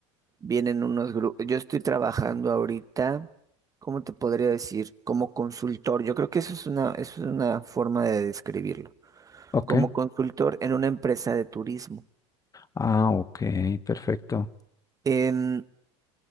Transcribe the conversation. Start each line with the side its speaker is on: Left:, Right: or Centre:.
Right: vienen unos grupos. Yo estoy trabajando ahorita, ¿cómo te podría decir? Como consultor. Yo creo que eso es una, eso es una forma de describirlo.
Left: Ok.
Right: Como consultor en una empresa de turismo.
Left: Ah, ok, perfecto.
Right: Em,